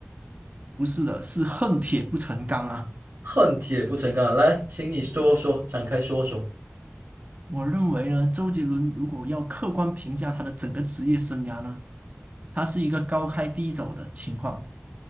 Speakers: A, on the right; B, on the right.
A: 不是的，是恨铁不成钢啊。
B: 恨铁不成钢。来，请你说说，展开说说。
A: 我认为呢，周杰伦如果要客观评价他的整个职业生涯呢，他是一个高开低走的情况。